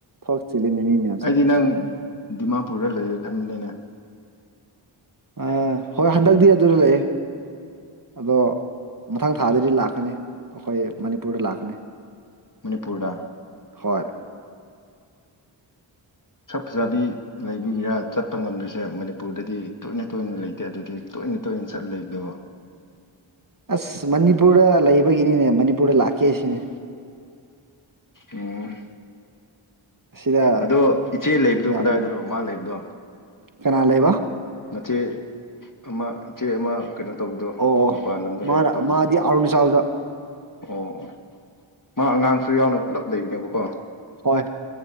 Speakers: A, on the right; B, on the left.
A: ꯊꯥꯎ ꯆꯤꯂꯤꯝ ꯃꯅꯤꯅ‌ꯦ
B: ꯑꯩꯗꯤ ꯅꯪ ꯗꯤꯃꯥꯄꯨꯔꯗ ꯂꯩꯔꯦ ꯈꯟꯕꯅꯤꯅꯦ
A: ꯑ ꯍꯣꯏ ꯍꯟꯗꯛꯇꯤ ꯑꯗꯨꯗ ꯂꯩꯌꯦ ꯑꯗꯣ ꯃꯊꯪ ꯊꯥꯗꯗꯤ ꯂꯥꯛꯀꯅꯤ ꯑꯩꯈꯣꯏ ꯃꯅꯤꯄꯨꯔꯗ ꯂꯥꯛꯀꯅꯤ
B: ꯃꯅꯤꯄꯨꯔꯗ
A: ꯍꯣꯏ
B: ꯁꯛ ꯐꯖꯕꯤ ꯂꯩꯕꯤꯒꯤꯔꯥ ꯆꯠꯄ ꯉꯝꯗ꯭ꯔꯤꯁꯦ ꯃꯅꯤꯄꯨꯔꯗꯗꯤ ꯇꯣꯏꯅ ꯇꯣꯏꯅ ꯂꯩꯇꯦ ꯑꯗꯨꯗꯤ ꯇꯣꯏꯅ ꯇꯣꯏꯅ ꯆꯠꯂꯤꯗꯣ
A: ꯑꯁ ꯃꯅꯤꯄꯨꯔꯗ ꯂꯩꯕꯒꯤꯅꯤꯅꯦ ꯃꯅꯤꯄꯨꯔꯗ ꯂꯥꯛꯀꯦ ꯁꯤꯅꯦ
B: ꯎꯝ
A: ꯑꯁꯤꯗ
B: ꯑꯗꯣ ꯏꯆꯦ ꯂꯩꯕꯗꯣ
A: ꯌꯥꯗꯦꯅꯦ
B: ꯀꯗꯥꯏꯗꯅꯣ ꯃꯥ ꯂꯩꯕꯗꯣ
A: ꯀꯅꯥ ꯂꯩꯕ
B: ꯅꯆꯦ ꯑꯃ ꯏꯆꯦ ꯑꯃ ꯀꯩꯅꯣ ꯇꯧꯕꯗꯣ
A: ꯑꯣ ꯑꯣ
B: ꯃꯄꯥꯟ ꯂꯝꯗ ꯂꯩ
A: ꯃꯥꯅ
B: ꯍꯥꯏꯕꯗꯣ ꯀꯔꯤ
A: ꯃꯥꯗꯤ ꯑꯔꯨꯅꯥꯆꯜꯗ
B: ꯑꯣ ꯃꯥ ꯑꯉꯥꯡꯁꯨ ꯌꯥꯎꯅ ꯄꯨꯂꯞ ꯂꯩꯕꯅꯦꯕꯀꯣ
A: ꯍꯣꯏ